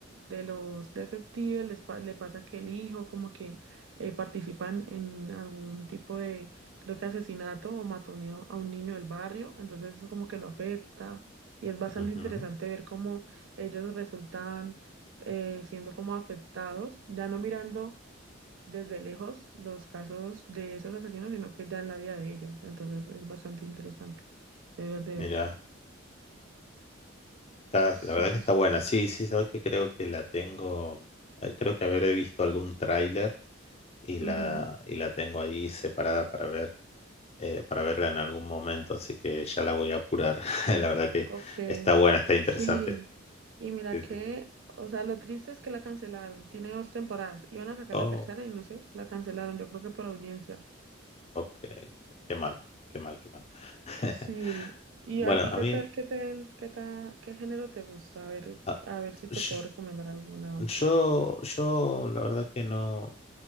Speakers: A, on the right; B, on the left.
A: de los detectives les pa- le pasa que el hijo como que eh, participan en algún tipo de, creo que asesinato o matoneo a un niño del barrio, entonces eso como que lo afecta y es bastante
B: ujú.
A: interesante ver cómo ellos resultan eh, siendo como afectados, ya no mirando desde lejos los casos de esos asesinos, sino que ya en la vida de ellos, entonces es bastante interesante. Deberías de-
B: Mira. Está,
A: Sí,
B: la verdad
A: sí,
B: que está
A: sí.
B: buena. Sí, sí, sabes que creo que la tengo, eh, creo que habré visto algún tráiler y la,
A: Ujú.
B: y la tengo ahí separada para ver, eh, para verla en algún momento, así que ya la voy a apurar. <laughs> La verdad que
A: Ok.
B: está buena, está interesante.
A: Sí, Y mira
B: Sí,
A: que,
B: sí, sí.
A: o sea, lo triste es que la cancelaron. Tiene dos temporadas. Iban a sacar
B: Oh,
A: la tercera y no sé, la cancelaron, yo creo que por audiencia.
B: ok. Qué mal, qué mal, qué mal. <laughs>
A: Sí. ¿Y
B: Bueno,
A: a ti
B: a
A: qué
B: mí,
A: ta- qué te, qué ta- qué género te gusta? A ver,
B: ah,
A: a ver si te
B: yo,
A: puedo recomendar alguna
B: Yo,
A: otra.
B: yo la verdad que no,